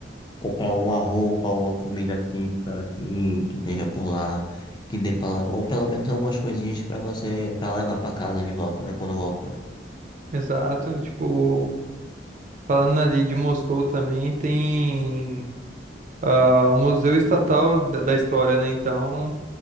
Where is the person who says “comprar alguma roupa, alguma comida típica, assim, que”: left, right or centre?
Left